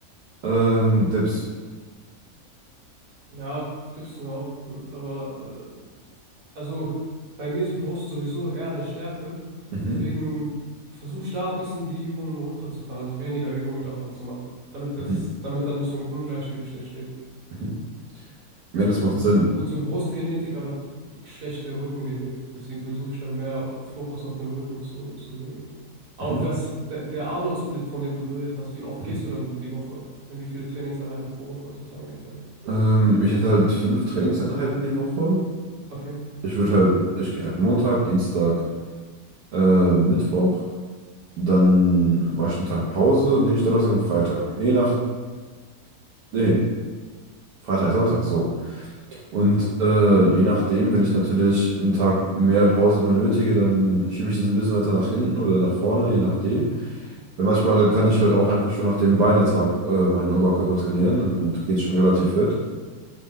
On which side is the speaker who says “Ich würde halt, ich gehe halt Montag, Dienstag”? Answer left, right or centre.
Right